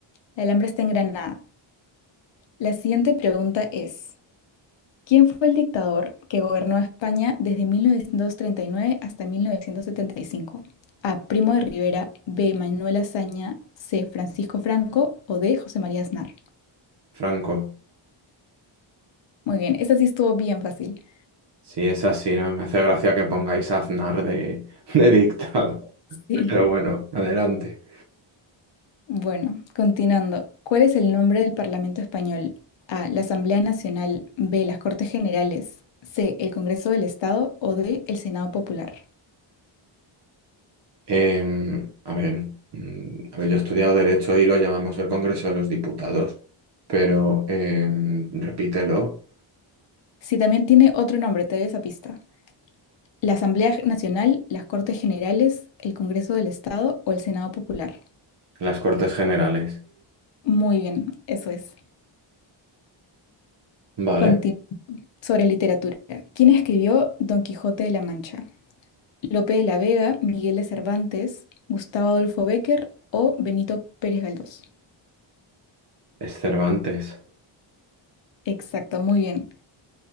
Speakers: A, on the left; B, on the right.
A: La Alhambra está en Granada. La siguiente pregunta es, ¿quién fue el dictador que gobernó España desde 1939 hasta 1975? A, Primo de Rivera. B, Manuel Azaña. C, Francisco Franco o D, José María Aznar.
B: Franco.
A: Muy bien, esa sí estuvo bien fácil.
B: Sí, es así, ¿no? Me hace gracia que pongáis a Aznar de, <laughs> de dictado.
A: Sí.
B: Pero bueno, adelante.
A: Bueno, continuando. ¿Cuál es el nombre del Parlamento español? A. La Asamblea Nacional. B. Las Cortes Generales. C. El Congreso del Estado. O D. El Senado Popular.
B: Em, a ver, mm, a ver, yo he estudiado Derecho y lo llamamos el Congreso de los Diputados. Pero em, repítelo,
A: Si también tiene otro nombre, te doy esa pista. La Asamblea Nacional, las Cortes Generales, el Congreso del Estado o el Senado Popular.
B: las Cortes Generales.
A: Muy bien, eso es.
B: Vale.
A: Continu- Sobre literatura. ¿Quién escribió Don Quijote de la Mancha? Lope de la Vega, Miguel de Cervantes, Gustavo Adolfo Bécquer o Benito Pérez Galdós.
B: Es Cervantes.
A: Exacto, muy bien,